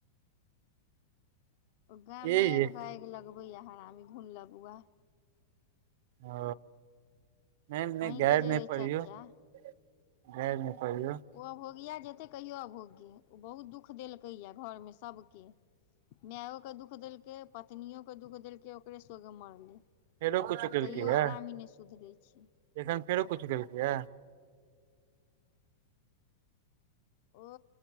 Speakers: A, on the left; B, on the right.
A: गामे मे
B: ये
A: आबि के आगि लगबे य हरामी घून लगुआ
B: ओ नहि नहि
A: अहींके
B: गैर
A: जे
B: नहि
A: अइ
B: पड़ौ
A: चच्चा
B: घैर नहि कहौ
A: ओ अभोगिया जेते कहियो अभोगी ओ बहुत दुख देलकै या घरमे सबके मायो के दुःख देलके पत्नो के दुःख देलक ओकरे सगे मरलै आ
B: फेरो कुछो केलकै
A: तैयो
B: या
A: हरामी नहि सुधरै छी
B: एखन फेरो कुछु केलकै यए
A: ओ